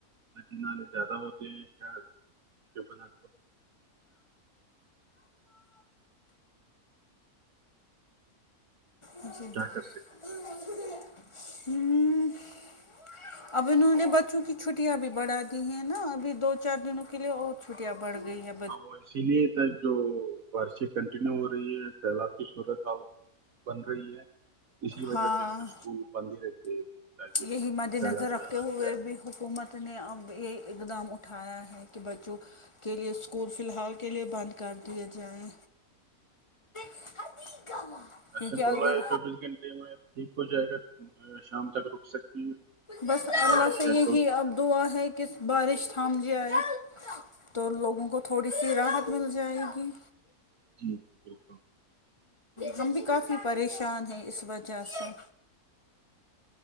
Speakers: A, on the right; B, on the left.
A: نق نانے زیادہ ہوتے ہیں شاید جو بناک
B: <unintelligible>
A: کیا کر سکتے ہیں۔ <inaudible>
B: اب انہوں نے بچوں کی چھٹیاں بھی بڑا دی ہیں نا ابھی دو چار دنوں کے لیے اور چھٹیاں بڑھ گئی ہیں ا
A: ا وہ اسی لیے ت جو بارشیں کنٹینیو ہو رہی ہے سیلاب کی صورت حال بن رہی ہے اسی وجہ
B: ہاں
A: سے نے اسکول بند ہی رکھے تاکہ
B: یہی مد
A: سیلاب
B: نظر رکھتے
A: نا آجائے
B: ہوئے بھی حکومت نے اب یہ اقدام اٹھایا ہے کہ بچوں کے لیے اسکول فلحال کے لیے بند کر دیا جائے
A: <inaudible>
B: <inaudible>
A: اچھا بولا
B: اگر
A: ہے چوبیس گھنٹے میں ٹھیک ہو جائے گا شام تک رک سکتی ہے
B: بس
A: بارش
B: اللہ سے
A: یا
B: یہی
A: کل صبح
B: اب دعا ہے کہ کہس بارش تھام ج آئے تو لوگوں کو تھوڑی سی راحت مل جائے گی
A: جی جی بلکل
B: ہم بھی کافی پریشان ہیں اس وجہ سے